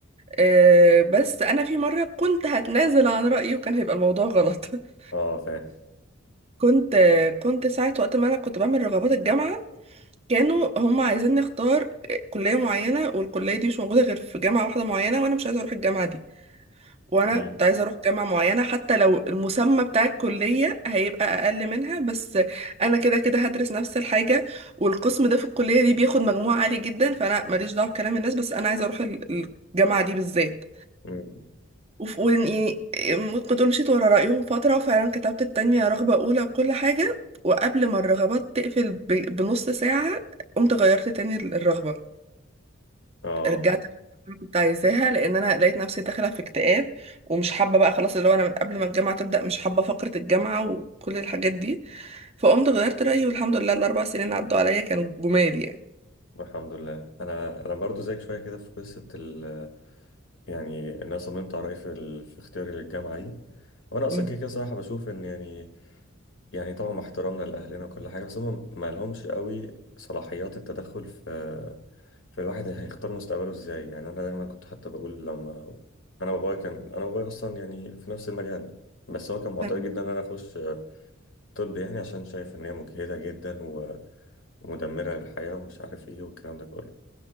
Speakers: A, on the right; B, on the left.
A: آه، بس انا في مره كنت هتنازل عن رايي وكان هيبقى الموضوع غلط <laughs>
B: اه فاهم
A: كنت آه، كنت ساعه وقت ما انا كنت بعمل رغبات الجامعه كانوا هم عايزين نختار كليه معينه والكليه دي مش موجوده غير في جامعه واحده معينه وانا مش عايزه اروح الجامعه دي وانا
B: مم.
A: كنت عايزه اروح جامعه معينه حتى لو المسمى بتاع الكليه هيبقى اقل منها بس انا كده كده هدرس نفس الحاجه والقسم ده في الكليه دي بياخد مجموع عالي جدا فانا ماليش دعوه بكلام الناس بس انا عايزه اروح ال- الجامعه دي بالذات
B: مم.
A: وف- وإن- يعني ممكن تقول مشيت ورا رأيهم فترة وفعلا كتبت التانية رغبة أولى بكل حاجة وقبل ما الرغبات تقفل ب- بنص ساعة قمت غيرت تاني ال- الرغبة
B: اه
A: رجعت اللي كنت عايزاها لأن أنا لقيت نفسي داخلة في اكتئاب ومش حابة بقى خلاص اللي هو أنا من قبل ما الجامعة تبدأ مش حابة فقرة الجامعة وكل الحاجات دي فقمت غيرت رأيي والحمد لله الأربع سنين عدوا عليا كانوا جمال يعني
B: الحمد لله انا انا برضو زيك شويه كده في قصه ال... يعني إن انا صممت على رايي في, ال... في اختياري للجامعه دي وانا اصلا
A: مم.
B: كده كده صراحه بشوف ان يعني يعني طبعا مع احترامنا لأهلنا وكل حاجة بس هم ما لهمش قوي صلاحيات التدخل في في الواحد هيختار مستقبله ازاي يعني أنا دايما كنت حتى بقول لما أنا بابايا كان أنا بابايا أصلا يعني في نفس المجال بس هو كان معترض
A: تمام
B: جدا إن أنا أخش طب يعني عشان شايف إن هي مجهدة جدا و- ومدمرة للحياة ومش عارف إيه والكلام ده كله